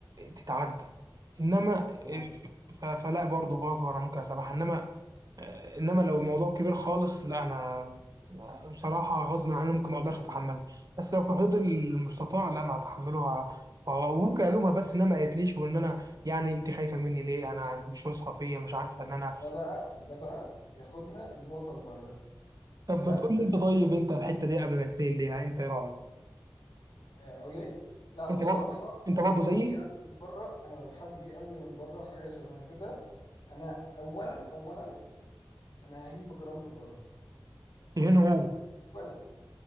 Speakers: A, on the right (about 50°); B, on the left (about 75°).
A: تتعدى انما آه،
B: تمام
A: ف- فلا برضه برضه انا ممكن اسامحها انما آه، انما لو الموضوع كبير خالص لا انا آه، بصراحه غصب عني ممكن ما اقدرش اتحمله بس لو في حدود المستطاع لا انا هتحمله وه- وممكن الومها بس انها ما قالتليش وان انا يعني انت خايفه مني ليه انا انت مش واثقه فيا مش عارفه ان انا
B: ده بقى ده بقى ياخدنا للنقطه اللي بعدها
A: طب
B: لما
A: ما تقول لي انت طيب انت الحته دي قبل ما تقول ليها انت ايه رايك
B: اقول ايه لا بصراحه
A: انت برضه انت برضه
B: لو حد
A: زيي
B: جه قال لي من بره انا لو حد جه قال لي من بره حاجه شبه كده انا اولا اولا انا ههين بكرامته الارض
A: هنا هو
B: اولا